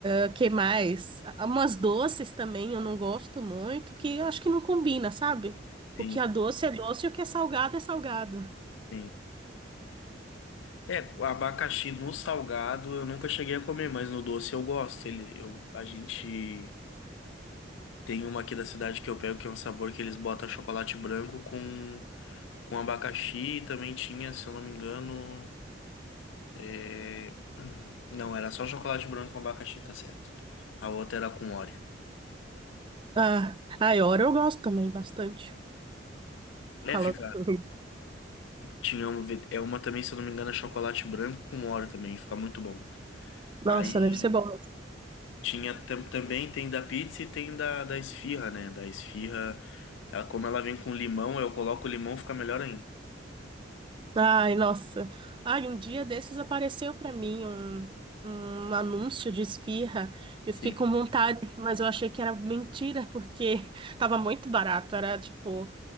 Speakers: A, on the right; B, on the left.
A: é, que mais? Ah, Umas doces também eu não gosto muito, que eu acho que não combina, sabe?
B: sim,
A: O que é doce é doce e o que é salgado é salgado.
B: sim. É, o abacaxi no salgado eu nunca cheguei a comer, mas no doce eu gosto. Ele, eu, a gente tem uma aqui da cidade que eu pego que é um sabor que eles botam chocolate branco com com abacaxi e também tinha, se eu não me engano, é, hum, não, era só chocolate branco com abacaxi, tá certo. A outra era com Oreo.
A: Ah, a Iora eu gosto também bastante.
B: É,
A: Falando.
B: fica.
A: <laughs>
B: Tinha uma, ve- é uma também, se eu não me engano, é chocolate branco com Oreo também, fica muito bom.
A: Nossa,
B: Aí
A: deve ser bom.
B: tinha tam- também, tem da pizza e tem da, da esfirra, né? Da esfirra, ela, como ela vem com limão, eu coloco o limão, fica melhor ainda.
A: Ai, nossa. Ai, um dia desses apareceu pra mim um, um anúncio de esfirra. Eu
B: Sim.
A: fiquei com vontade, mas eu achei que era mentira, porque <laughs> tava muito barato. Era tipo